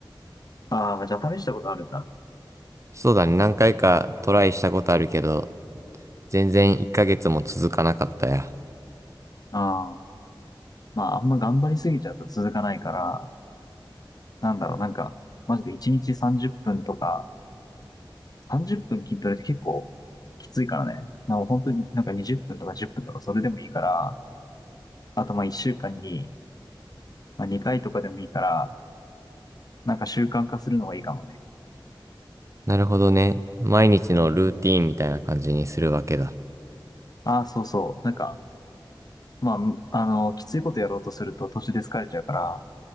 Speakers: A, on the left (about 50°); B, on the right (about 35°).
A: ああ、じゃあ試したことあるんだ。
B: そうだね、何回かトライしたことあるけど、全然1ヶ月も続かなかったや。
A: ああ、まあ、あんま頑張りすぎちゃうと続かないから、なんだろう、なんか、マジで1日30分とか、30分筋トレって結構きついからね。なんか本当になんか20分とか10分とかそれでもいいから、あとまあ1週間にまあ、2回とかでもいいから、なんか習慣化するのがいいかもね。
B: なるほどね。毎日のルーティーンみたいな感じにするわけだ。
A: ああ、そうそう。なんか、まあ、むあの、きついことやろうとすると途中で疲れちゃうから、